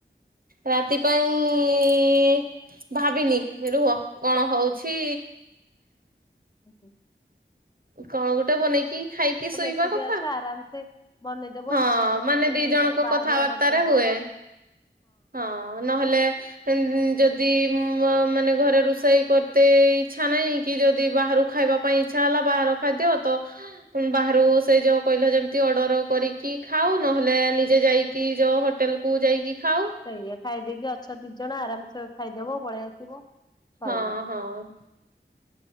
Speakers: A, on the right; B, on the left.
A: ରାତି ପାଇଁ ଭାବିନି ରୁହ କଣ ହଉଛି।
B: ଆଜଞ।
A: କଣ ଗୋଟେ ବନେଇକି ଖାଇକି ଶୋଇବା
B: ଏକୁଟିଆ
A: କଥା।
B: ଅଛ ଆରାମସେ ବନେଇଦବ
A: ହଁ
B: ଇଚ୍ଛା ନହେଲେ
A: ମାନେ ଦି ଜଣଙ୍କ
B: ବାହାରୁ
A: କଥାବାର୍ତ୍ତାରେ
B: ଅର୍ଡର କରିଦବ
A: ହୁଏ। ହଁ ନହେଲେ ଯଦି ମ-ମାନେ ଘରେ ରୋଷେଇ କରତେ ଇଚଛା ନାହିଁ କି ଯଦି ବାହ ଖାଇବା ପାଇଁ ଇଛା ହେଲା ବାହାର ଖାଦ ତ ବାହ ସେ ଯୋଉ କହିଲ ଯୋଉ ଅର୍ଡର କରିକି କି ଖାଉ ନହେଲେ ନିଜେ ଯାଇକି ଯୋଉ ହୋଟେଲକୁୁ ଯାଇକି ଖାଉ।
B: ସେଇଆ ଖାଇଦେଇକି ଅଛ ଦି ଜଣ ଆରାମସେ ଖାଇଦବ ପଳେଇ ଆସିବ ସଇଲା।
A: ହଁ ହଁ